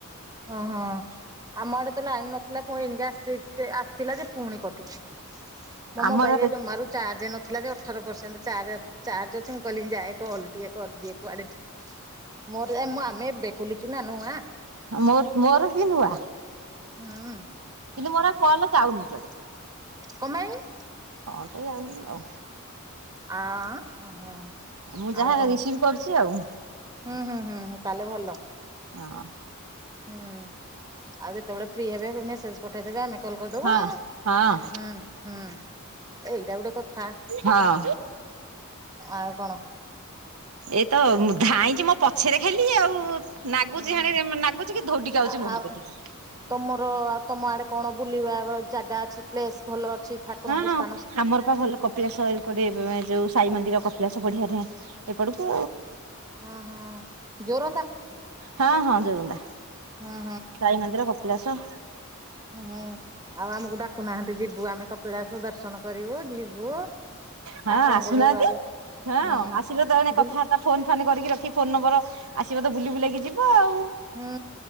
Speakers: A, on the right; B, on the right.
A: ଓହୋ। ଆମ ଆଡେ ତ ଲାଇନ ନଥିଲା ପୁଣି ଏଣିକି ଆସି ଆସିଥିଲା ଯେ ପୁଣି କଟିଛି। ମୋ ମୋବାଇଲ
B: ମୋର
A: ରେ ଜମାରୁ ଚାର୍ଜ ନଥିଲା ଯେ ଅ ଅଠର ପରସେଣ୍ଟ ଚାର ଚାର୍ଜ ଅଛି ମୁଁ କହିଲି ଯାଏ କଲ ଟିକେ କରିଦିଏ କୁଆଡ଼େ ଟି ମୋର ମୁଁ ଆମେ ଏବେ ଖୋଲିଚୁ ନା ନୁଆଁ।
B: ମୋ ମୋର ବି ନୁଆ।
A: ହୁଁ
B: କିନ୍ତୁ ମୋର ଆଉ କଲ ଯାଉନି କୁଆଡେ।
A: କ ପାଇଁ?
B: କଣ ପାଇଁ ଯାଉନି ଆଉ।
A: ଆ ଓହୋ।
B: ମୁଁ ଯାହା
A: ଆଉ କଣ
B: ରିସିଭି କରୁଛି ଆଉ।
A: ହୁଁ ହୁଁ ହୁଁ। ତାହେଲେ ଭଲ
B: ହଁ।
A: ହୁଁ ଆଉ ଯେତେବେଳେ ଫ୍ରି ହେବେ ମେସେଜ ପଠେଇଦବେ ଆମେ କଲ୍ କରିଦେବୁ
B: ହଁ।
A: ଆଉ।
B: ହଁ
A: ହୁଁ ହୁଁ ଏଇଟା ଗୋଟେ କଥା।
B: ହଁ
A: ଆଉ କଣ?
B: ଏଇତ ଧାଇଁକି ମୋ ପଛରେ ଖାଲି ଆଉ। ନାଗୁଛି
A: ହୁଁ
B: ହାଣେ ନାଗୁଛି କି ଧୌଡିକି ଆଉଛି
A: ଆ ଆ
B: ମୋରି
A: ଆଉ
B: କତିକି।
A: ତମର ତମ ଆଡେ କଣ ବୁଲିବା ଜାଗା ଅଛି ପ୍ଲେସ୍। ଭଲ ଅଛି ଠାକୁରଙ୍କ
B: ହଁ ହଁ
A: ସ୍ଥାନ
B: ଆମର ପା ଭଲ କପିଳାସ କରେ ଏ ଯୋଉ ସାଇ ମନ୍ଦିର କ କପିଳାସ ବଢିଆ ଢ଼େ ଏପଟକୁ।
A: ହଁ ହଁ ଜୋରନ୍ଦା
B: ହଁ ହଁ ଜୋରନ୍ଦା
A: ହଁ
B: ସାଇ ମନ୍ଦିର କପିଳାସ।
A: ହୁଁ ଆଉ ଆମକୁ ଡାକୁ ନା ଯିବୁ ଆମେ କପିଳାସ ଦର୍ଶନ କରିବୁ ଯିବୁ
B: ହଁ
A: ଆପଣଙ୍କ
B: ଆସୁନାହାନ୍ତି
A: ଘର ଆଡେ
B: ହଁ
A: ହୁଁ
B: ଆସିବ ଏହିନେ
A: ବୁଲି
B: କଥାବାର୍ତା ଫୋନ ଫାନ କରିକି ରଖି ଫୋନ ନମ୍ବର ଆସିବ ତ ବୁଲି ବୁଲାକି ଯିବ ଆଉ।
A: ହୁଁ